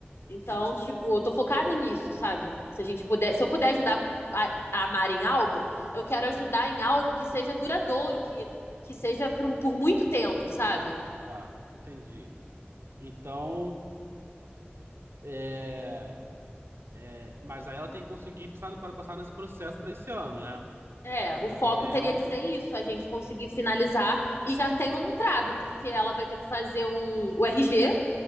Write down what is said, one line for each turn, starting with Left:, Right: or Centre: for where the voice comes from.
Left: Então,
Right: Sim,
Left: tipo, eu tô focada nisso, sabe? Se a gente puder, se eu puder ajudar a, a amar em algo, eu quero ajudar em algo que seja duradouro, que, que seja por, um- por muito tempo, sabe?
Right: tá, entendi. Então, é, é, mas aí ela tem que conseguir passar, passar nesse processo para esse ano, né?
Left: É,
Right: Os
Left: o
Right: documentos,
Left: foco teria que ser isso, a gente conseguir finalizar e já tem um trave, porque ela vai ter que fazer um o RG